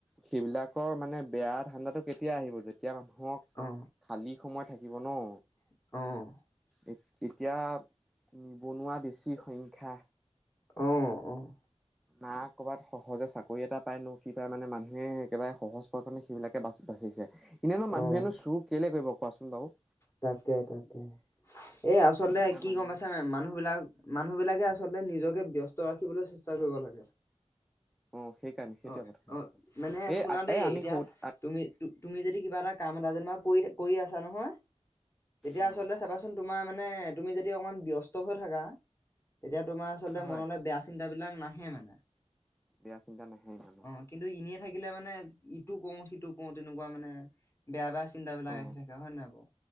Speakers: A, in the centre; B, on the left.
A: সেইবিলাকৰ মানে বেয়া ধান্দাটো কেতিয়া আহিব যেতিয়া মানুহৰ
B: অ
A: খালী সময় থাকিব ন?
B: অ'
A: এত এতিয়া নিবনুৱা বেছি সংখ্যা
B: অ', অ'।
A: না কৰ'বাত সহজে চাকৰি এটা পাইনে সেইকাৰণে মানুহে একেবাৰে সহজ পাই পেলায় সেইবিলাকে বাচ বাচিছে। এনেইনো
B: অ',
A: মানুহেনো চোৰ কেলেই কৰিব কোৱাচোন বাৰু?
B: তাকে, তাকে। এই আচলতে
A: এয়া
B: কি
A: মানুহ
B: গ'ম পাইছ নাই, মানুহ বিলাক মানুহ বিলাকে আচলতে নিজকে ব্যস্ত ৰাখিবলৈ চেষ্টা চাই যাৱ লাগে।
A: অ সেইকাৰণে সেইটোৱে
B: অ',
A: প্ৰথম
B: অ'
A: কথা
B: মানে
A: এ
B: শুনা দেই
A: এ আমি
B: এতিয়া
A: সৰু
B: তুমি তুম, তুমি যদি কিবা এটা কাম এটা যেনিবা কৰি কৰি আছা নহয়, তেতিয়া
A: অ
B: আচলতে চাবাচোন, তোমাৰ মানে তুমি যদি অকনমান ব্যস্ত হৈ থাকা, তেতিয়া তোমাৰ আচলতে
A: হয়
B: মনলৈ বেয়া চিন্তা চিন্তা বিলাক নাহে মানে।
A: বেয়া চিন্তা নহে ইমান।
B: অ', কিন্তু, এনেই থাকিলে মানে ইটো কৰো সিটো কৰো তেনেকুৱা মানে বেয়া-বেয়া চিন্তা বিলাক
A: অ
B: আহি থাকে হয় নহয় বাৰু?